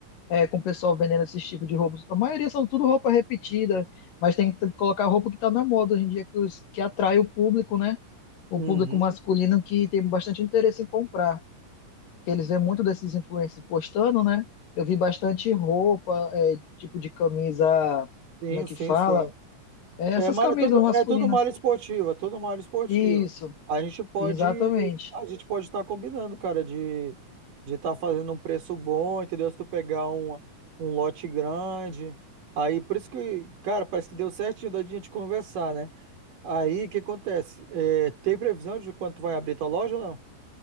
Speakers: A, on the left (about 85°); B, on the right (about 75°).
A: é, com o pessoal vendendo esses tipos de roupas. A maioria são tudo roupa repetida, mas tem que colocar roupa que está na moda hoje em dia, que, os- que atrai o público, né? O
B: uhum.
A: público masculino que tem bastante interesse em comprar. Que eles vêem muito desses influencers postando, né? Eu vi bastante roupa, é, tipo de camisa,
B: Sim,
A: como é que
B: sim,
A: fala?
B: sim.
A: É,
B: É,
A: essas
B: malha,
A: camisas
B: é tudo, é
A: masculinas.
B: tudo malha esportiva, tudo malha esportiva.
A: Isso,
B: A gente pode,
A: exatamente.
B: a gente pode estar combinando, cara, de de estar fazendo um preço bom, entendeu? Se tu pegar um, um lote grande, aí por isso que, cara, parece que deu certinho da gente conversar, né? Aí, o que acontece? É, tem previsão de quanto vai abrir tua loja ou não?